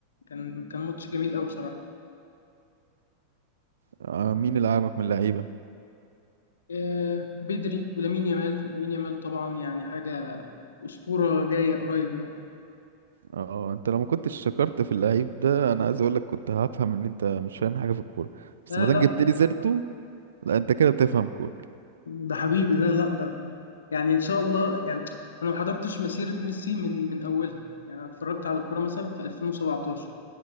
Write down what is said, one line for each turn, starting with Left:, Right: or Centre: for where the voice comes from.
Left: كان كان ماتش جميل قوي بصراحه
Right: آه، مين اللي عاجبك من اللعيبة
Left: آه بدري ولامين يامال لامين يامال طبعا يعني حاجه اسطوره جايه قريب يعني
Right: اه انت لو ما كنتش شكرت في اللعيب ده انا عايز اقول لك كنت هفهم ان انت مش فاهم حاجة في الكورة بس
Left: لا
Right: ما دام
Left: لا
Right: جبت
Left: ده,
Right: لي سيرته لا انت كده بتفهم كورة
Left: ده حبيبي ده لا ده يعني ان شاء الله يعني انا ما حضرتش مسيره ميسي من من اولها يعني انا اتفرجت على الكوره مثلا في 2017